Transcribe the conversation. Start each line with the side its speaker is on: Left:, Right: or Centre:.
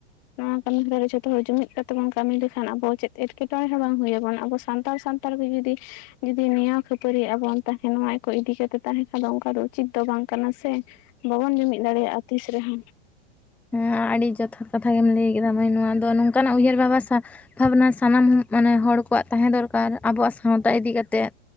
Left: ᱱᱚᱣᱟ ᱠᱟᱹᱢᱤᱦᱚᱨᱟ ᱨᱮ ᱡᱷᱚᱛᱚ ᱦᱚᱲ ᱡᱩᱢᱤᱫ ᱱᱟᱣᱟ ᱱᱚᱣᱟ ᱱᱚᱣᱟ ᱠᱟᱢᱤ ᱦᱟᱨᱟ ᱨᱮ ᱡᱷᱚᱛᱚ ᱦᱚᱲ ᱡᱩᱢᱤᱫ ᱠᱟᱛᱮ ᱵᱚᱱ ᱠᱟᱢᱤ ᱞᱮᱠᱷᱟᱱ ᱟᱵᱚ ᱪᱮᱫ ᱮᱴᱠᱮᱴᱚᱬᱮ ᱦᱚᱸ ᱵᱟᱝ ᱦᱩᱭ ᱟᱵᱚᱱᱟ᱾ ᱟᱵᱚ ᱥᱟᱱᱛᱟᱲ ᱥᱟᱱ ᱛᱟᱞ ᱜᱮ ᱡᱩᱫᱤ ᱡᱩᱫᱤ ᱱᱮᱭᱟᱣ ᱠᱷᱟᱹᱯᱟᱹᱨᱤ ᱟᱵᱚᱱ ᱛᱟᱦᱮᱸᱱ ᱱᱚᱣᱟ ᱠᱚ ᱤᱫᱤ ᱠᱟᱛᱮ ᱛᱟᱦᱮᱸ ᱠᱷᱟᱱ ᱫᱚ ᱚᱱᱠᱟ ᱫᱚ ᱩᱪᱤᱛ ᱫᱚ ᱵᱟᱝ ᱠᱟᱱᱟ ᱥᱮ᱾ ᱵᱟᱵᱚᱱ ᱡᱩᱢᱤᱫ ᱫᱟᱲᱮᱭᱟᱜᱼᱟ ᱛᱤᱥ ᱨᱮ ᱦᱚᱸ᱾
Centre: ᱦᱮ ᱟᱰᱤ ᱡᱚᱛᱷᱟᱛ ᱠᱟᱛᱷᱟ ᱜᱮᱢ ᱞᱟᱹᱭ ᱠᱮᱫᱟ ᱢᱟᱹᱭ, ᱱᱚᱣᱟ ᱫᱚ ᱱᱚᱝᱠᱟᱱᱟᱜ ᱩᱭᱦᱟᱹᱨ ᱵᱷᱟᱵᱟ ᱥᱟ ᱵᱷᱟᱵᱽᱱᱟ ᱥᱟᱱᱟᱢ ᱢᱟᱱᱮ ᱦᱚᱲ ᱠᱚᱣᱟᱜ ᱛᱟᱦᱮᱸ ᱫᱚᱨᱠᱟᱨ ᱟᱵᱚᱣᱟᱜ ᱥᱟᱶᱛᱟ ᱤᱫᱤ ᱠᱟᱛᱮᱫ,